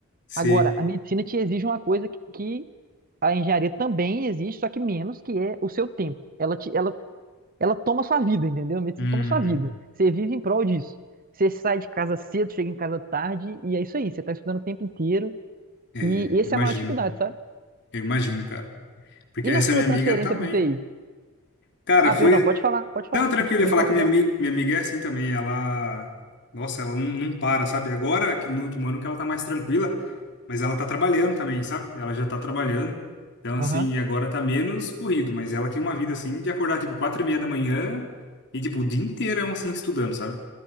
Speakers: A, on the left; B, on the right.
A: Sei.
B: Agora, a medicina te exige uma coisa que que a engenharia também exige, só que menos, que é o seu tempo. Ela te, ela ela toma sua vida, entendeu? A medicina
A: Uhum.
B: toma sua vida. Você vive em prol disso. Você sai de casa cedo, chega em casa tarde, e é isso aí. Você está estudando o tempo inteiro,
A: É,
B: e essa
A: imagino.
B: é a maior dificuldade, sabe?
A: Eu imagino, cara. Porque
B: E na
A: essa
B: sua
A: minha
B: transferência
A: amiga também.
B: para o TI?
A: Cara,
B: Ah,
A: foi.
B: perdão, pode falar, pode falar.
A: Não, tranquilo,
B: Me
A: eu ia falar
B: conta
A: que minha
B: dela.
A: amiga, minha amiga é assim também. Ela. Nossa, ela não, não para, sabe? Agora que no último ano que ela tá mais tranquila, mas ela tá trabalhando também, sabe? Ela já tá trabalhando. Então, assim,
B: Aham.
A: agora tá menos corrido, mas ela tem uma vida assim de acordar tipo quatro e meia da manhã e tipo o dia inteirão assim estudando, sabe?